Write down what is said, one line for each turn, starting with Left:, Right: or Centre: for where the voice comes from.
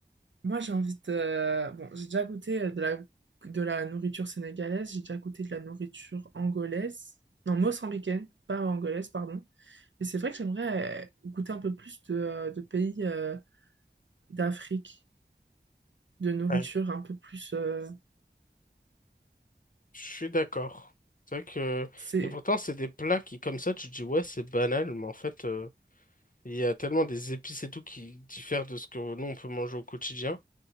Right: Moi, j'ai envie de... euh, Bon, j'ai déjà goûté euh, de la... de la nourriture sénégalaise, j'ai déjà goûté de la nourriture angolaise, non, mozambicaine, pas angolaise, pardon. Et c'est vrai que j'aimerais euh, goûter un peu plus de, euh, de pays euh, d'Afrique, de nourriture
Left: ouais.
Right: un peu plus... euh,
Left: Je suis d'accord. C'est vrai que...
Right: C'est...
Left: Et pourtant, c'est des plats qui, comme ça, tu te dis, ouais, c'est banal, mais en fait, euh, il y a tellement des épices et tout qui diffèrent de ce que nous, on peut manger au quotidien,